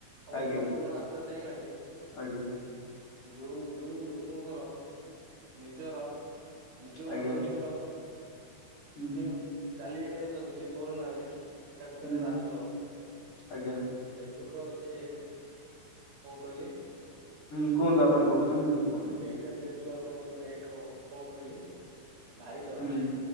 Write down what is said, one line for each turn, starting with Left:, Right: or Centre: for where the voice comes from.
Right: ଅବଶ୍ୟ
Left: ଆଜ୍ଞା
Right: ପୁରଣ ଆସ୍ତେ ଆସ୍ତେ ହେଇଗଲାଣି।
Left: ଆଜ୍ଞା
Right: ଯୋଉଁ ଯୋଉଁ ଲୋକଙ୍କର ନିଜର ନିଜ
Left: ଆଜ୍ଞା
Right: ମାନଙ୍କର
Left: ହୁଁ
Right: ଯେ ଚାଲି ଯାଇ ଅଛନ୍ତି ସେ କରୋନା ରେ ତାଙ୍କୁ
Left: ହୁଁ
Right: କେତେ ବାଧୁଥବ।
Left: ଆଜ୍ଞା
Right: ଯେହେତୁ ଏକ ସେ କଣ କହିଲେ?
Left: ହୁଁ କୁହନ୍ତୁ ଆପଣ କହୁଥିଲେ ମୁଁ କିଛି କହୁନି।
Right: ଏ ଯେହେତୁ ଆପଣଙ୍କ ଗୋଟେ ଏକ କଣ କହିଲେ ଭାଇରସ
Left: ହୁଁ।